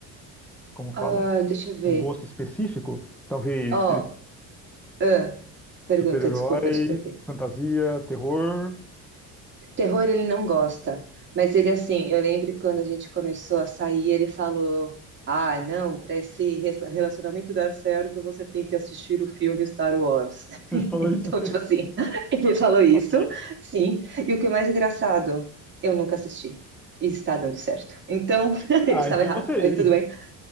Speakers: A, in the centre; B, on the right.
A: como fala,
B: Ah, deixa eu ver.
A: um gosto específico? Talvez
B: Ó,
A: ele
B: ah, pergunta,
A: super-herói,
B: desculpa te interromper.
A: fantasia, terror. <laughs>
B: Terror ele não gosta, mas ele assim, eu lembro que quando a gente começou a sair, ele falou: "Ah, não, para esse re- relacionamento dar certo, você tem que assistir o filme Star Wars". <laughs>
A: Ele falou
B: Então,
A: isso mesmo.
B: tipo assim,
A: <laughs>
B: <laughs> ele falou isso,
A: Ok.
B: sim. E o que é mais engraçado, eu nunca assisti. E está dando certo. Então, <laughs>
A: Ah,
B: ele estava
A: então
B: errado,
A: você,
B: mas tudo
A: e-
B: bem.